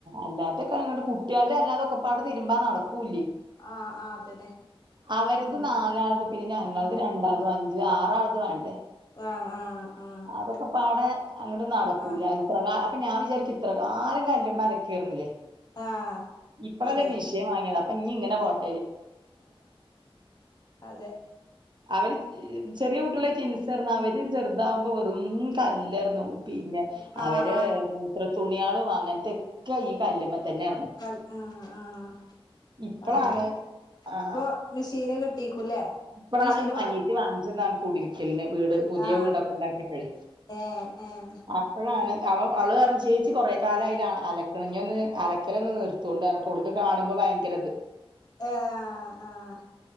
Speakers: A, on the right; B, on the left.
A: അല്ലാത്തക്കണ്ട് കുട്ടികളുടെ അല്ലാതെക്കൊടെതിരുമ്പാ നടക്കും കൂലി
B: ആഹ് ആഹ് അതന്നെ
A: അവരത്
B: ഉം
A: നാലാത് പിന്നെ ഞങ്ങത് രണ്ടാതും അഞ്ചും ആറാളത് വേണ്ടെ
B: വേണം ആഹ് ആഹ്
A: അതൊക്കെ പാടെ അങ്ങോട്ട് നടക്കൂല
B: ആഹ്
A: ഇത്രാല അപ്പൊ ഞാൻ വിചാരിക്കും ഇത്രകാല ആരും കല്ലുമേ അലകാരന്നില്ലേ
B: ആഹ്
A: ഇപ്പോഴല്ലേ
B: അതെ
A: മീഷിയൻ വാങ്ങിയത അപ്പൊ നനി ഇങ്ങനെ പോട്ട
B: അതെ
A: അവര് ചെറിയ കുട്ടികളാ ൻസർന്ന അവര് ചെറുതാവുമ്പോ വെറും കല്ലറന്നു പിന്നെ
B: ഉം
A: അവര്
B: ആഹ്
A: മൂത്രത്തി തുണിയളും അങ്ങനത്തെ ഒക്കെ ഈ കല്ലമ്മ തന്നെന്നു
B: കൽ ആഹ് ആഹ്
A: ഇപ്പളാണ്
B: അതെ
A: ആഹ
B: ഇപ്പൊ മെഷീന് കിട്ടീക്കുല്ലേ
A: ഇപ്പോഴാണ്
B: ഇപ്പൊ മെഷീന് വാങ്ങി
A: അനേറ്റ് വാങ്ങിച്ചതാണ് കുടരിക്കലിന് വീട് പുതിയ
B: ആഹ്
A: വീടൊക്കെ ഉണ്ടാക്കിയപ്പോഴേ
B: ഏഹ് ഏഹ്
A: അപ്പോഴാണ് അവ അവള കാരണം ചേച്ചി കുറെേ കാലംലാണ് അലക്കണിഞ്ഞന്ന് അലക്കല നിർത്തുക കൊണ്ടായിര കേട്ട് ഉളക്ക് കാണ്പോ ഭയങ്കരത്
B: ആഹ് ആഹ്